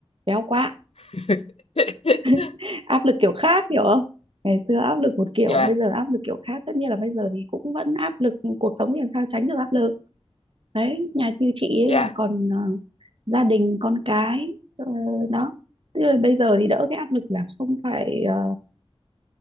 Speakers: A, on the right; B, on the left.
A: Béo quá.
B: <laughs>
A: <laughs> Áp lực kiểu khác hiểu không? Ngày xưa áp lực một kiểu,
B: Dạ,
A: bây giờ áp lực kiểu khác. Tất nhiên là bây giờ thì cũng vẫn áp lực nhưng cuộc sống thì làm sao tránh được áp lực. Đấy, nhà như chị
B: dạ.
A: ấy là còn ờ, gia đình con cái ờ, đó. Thế rồi bây giờ thì đỡ cái áp lực là không phải ờ,